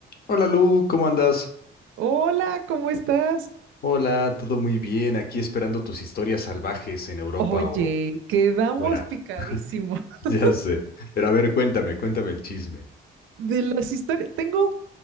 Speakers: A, on the left (about 50°); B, on the right (about 80°).
A: Hola Lu, ¿cómo andas?
B: Hola, ¿cómo estás?
A: Hola, todo muy bien, aquí esperando tus historias salvajes en Europa
B: Oye,
A: o
B: quedamos
A: fuera.
B: picadísimo
A: <laughs>
B: <laughs>
A: Ya sé. Pero a ver, cuéntame, cuéntame el chisme.
B: de las historias. Tengo,